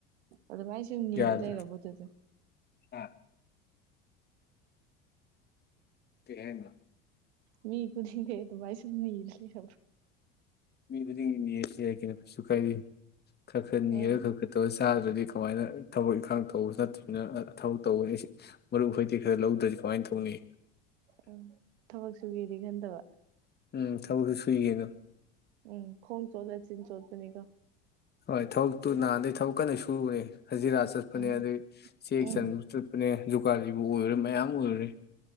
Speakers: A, on the right; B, on the left.
A: ꯑꯗꯨ ꯃꯥꯏ ꯁꯨꯝ ꯅꯤꯔ
B: ꯌꯥꯗ꯭ꯔꯦ
A: ꯂꯩꯔꯕꯣ ꯑꯗꯨꯗꯨ꯫
B: ꯑ ꯀꯩ ꯍꯥꯏꯅꯣ꯫
A: ꯃꯤ ꯈꯨꯗꯤꯡꯗꯩꯩ ꯑꯗꯨꯃꯥꯏ ꯁꯨꯝ ꯅꯤ ꯂꯩꯔꯕ꯫
B: ꯃꯤ ꯈꯨꯗꯤꯡꯒꯤ ꯅꯤꯔꯁꯨ ꯌꯥꯏ ꯀꯩꯅꯣ ꯀꯩꯁꯨ ꯀꯥꯏꯗꯦ꯫ ꯈꯔ-ꯈꯔ
A: ꯑꯥ
B: ꯅꯤꯔ ꯈꯔ-ꯈꯔ ꯇꯧꯔ꯫ ꯆꯥꯗ꯭ꯔꯗꯤ ꯀꯃꯥꯏꯅ ꯊꯕꯛ ꯏꯪꯈꯥꯡ ꯇꯧꯕꯁꯨ ꯅꯠ ꯊꯕꯛ ꯇꯧꯋꯤ ꯍꯥꯏꯁꯤ ꯑꯩ ꯃꯔꯨꯞ ꯍꯣꯏꯗꯤ ꯈꯔ ꯂꯧꯗ꯭ꯔꯗꯤ ꯀꯃꯥꯏꯅ ꯇꯧꯅꯤ
A: ꯎꯝ ꯊꯕꯛ ꯁꯨꯒꯦꯗꯤ ꯈꯟꯗꯕ
B: ꯎꯝ ꯊꯕꯛꯁꯨ ꯁꯨꯏꯀꯩꯅꯣ
A: ꯎꯝ ꯈꯣꯡ ꯆꯣꯠꯂ ꯆꯤꯟ ꯆꯣꯠꯄꯅꯤꯀꯣ
B: ꯍꯣꯏ ꯊꯕꯛꯇꯨ ꯅꯍꯥꯟꯗꯩ ꯊꯕꯛ ꯀꯟꯅ ꯁꯨꯔꯨꯔꯦ ꯍꯖꯤꯔꯥ ꯆꯠꯄꯅꯦ
A: ꯎꯝ
B: ꯑꯗꯩ ꯆꯦꯛ
A: ꯎꯝ
B: ꯆꯟꯕ ꯆꯠꯄꯅꯦ ꯖꯨꯒꯥꯥꯂꯤꯕꯨ ꯑꯣꯏꯔꯨꯔꯦ ꯃꯌꯥꯝ ꯑꯣꯏꯔꯨꯔꯦ